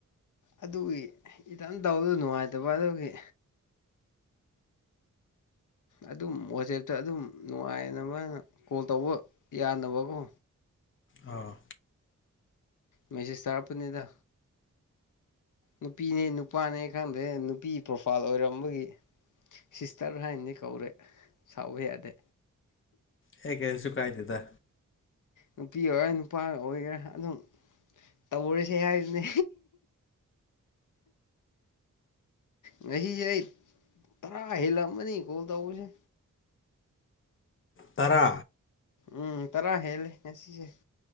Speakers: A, on the left; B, on the left.
A: ꯑꯗꯨꯒꯤ ꯏꯇꯟ ꯇꯧꯕꯗ ꯅꯨꯡꯉꯥꯏꯇꯕ ꯑꯗꯨꯒꯤ ꯑꯗꯨꯝ ꯋꯥꯆꯦꯞꯇ ꯑꯗꯨꯝ ꯅꯨꯡꯉꯥꯏꯅꯕꯅ ꯀꯣꯜ ꯇꯧꯕ ꯌꯥꯅꯕꯀꯣ
B: ꯑꯥ
A: ꯃꯦꯁꯦꯁ ꯇꯔꯄꯅꯤꯗ ꯅꯨꯄꯤꯅꯦ ꯅꯨꯄꯥꯅꯦ ꯈꯪꯗꯦ ꯅꯨꯄꯤ ꯄ꯭ꯔꯣꯐꯥꯏꯜ ꯑꯣꯏꯔꯝꯕꯒꯤ ꯁꯤꯁꯇꯔ ꯍꯥꯏꯅꯗꯤ ꯀꯧꯔꯦ ꯁꯥꯎꯕ ꯌꯥꯗꯦ
B: ꯍꯦ ꯀꯦꯁꯨ ꯀꯥꯏꯗꯦꯗ
A: ꯅꯨꯄꯤ ꯑꯣꯏꯒꯔꯥ ꯅꯨꯄꯥ ꯑꯣꯏꯒꯦꯔꯥ ꯑꯗꯨꯝ ꯇꯧꯔꯁꯦ ꯍꯥꯏꯗꯨꯅ ꯉꯁꯤꯁꯦ ꯑꯩ ꯇꯔꯥ ꯍꯦꯜꯂꯛꯑꯃꯅꯤ ꯀꯣꯜ ꯇꯧꯕꯁꯦ
B: ꯇꯔꯥ
A: ꯎꯝ ꯇꯔꯥ ꯍꯦꯜꯂꯦ ꯉꯁꯤꯁꯦ